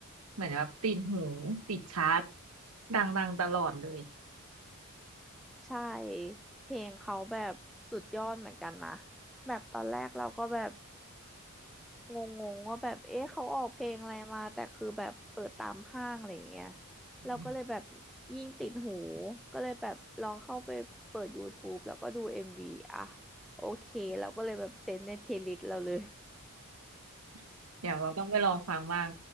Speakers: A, on the right (about 75°); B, in the centre.
A: เหมือนแบบติดหูติดชาร์ตดังๆตลอดเลย
B: ใช่เพลงเขาแบบสุดยอดเหมือนกันนะแบบตอนแรกเราก็แบบงงๆว่าแบบเอ๊ะเขาออกเพลงอะไรมาแต่คือแบบเปิดตามห้างอะไรอย่างเงี้ย
A: อืม
B: เราก็เลยแบบยิ่งติดหูก็เลยแบบลองเข้าไปเปิด YouTube แล้วก็ดู MV อมวีอ่ะโอเคเราก็เลยแบบเซฟในเพลย์ลิสต์เราเลย
A: <laughs> เดี๋ยวเราต้องไปลองฟังบ้าง